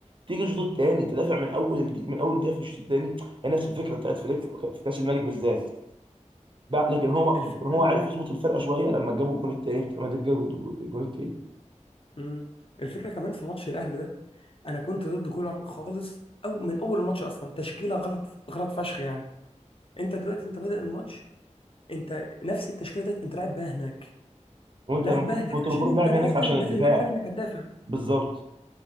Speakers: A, on the right; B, on the left.
A: تيجي الشوط التاني تدافع من اول دي من اول دقيقه في الشوط التاني هي نفس الفكره بتاعت فليك في ك- في كاس الملك بالذات لا لكن هو
B: الفكره
A: لكن هو
B: إن-
A: عارف يظبط الفرقه شويه لما جابوا الجون التاني بتاع مدريد جابوا الجو- الجون التاني
B: مم. الفكره كمان في ماتش الاهلي ده انا كنت ضد كولر خالص او من اول الماتش اصلا تشكيله غلط غلط فشخ يعني انت دلوقتي انت بادئ الماتش انت نفس التشكيله ديت انت لاعب بيها هناك
A: وانت
B: لاعب
A: المفروض
B: بيها هناك
A: كنت
B: عشان
A: المفروض
B: انت
A: لاعب
B: نازل
A: هناك عشان الدفاع
B: نازل هناك عارف انك هتدافع
A: بالظبط